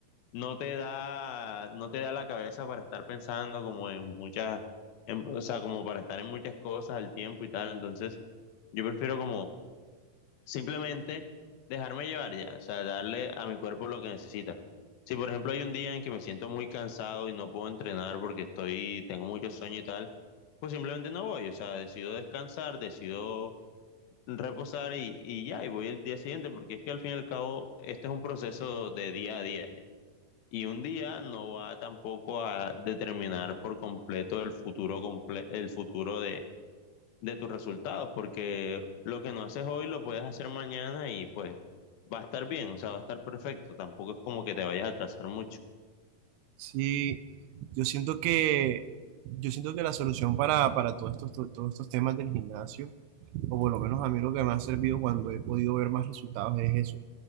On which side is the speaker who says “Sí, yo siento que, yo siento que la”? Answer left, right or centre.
Right